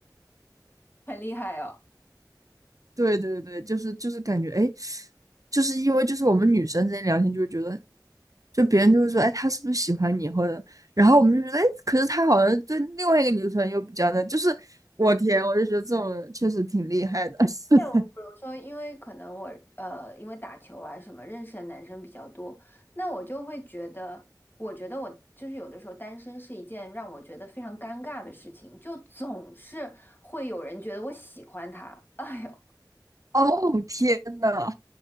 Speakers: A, on the left (about 30°); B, on the right (about 50°).
A: <laughs> 很厉害哦。
B: 对对对，就是就是感觉，哎，就是因为就是我们女生之间聊天，就会觉得，就别人就会说，哎，他是不是喜欢你，或者，然后我们就觉得，哎，可是他好像对另外一个女生又比较的，就是我天，我就觉得这种人确实挺厉害的。<laughs>
A: 哎，我比如说，因为可能我呃，因为打球啊什么，认识的男生比较多，那我就会觉得，我觉得我就是有的时候单身是一件让我觉得非常尴尬的事情，就总是会有人觉得我喜欢他，<laughs> 哎呦，
B: 哦，天呐，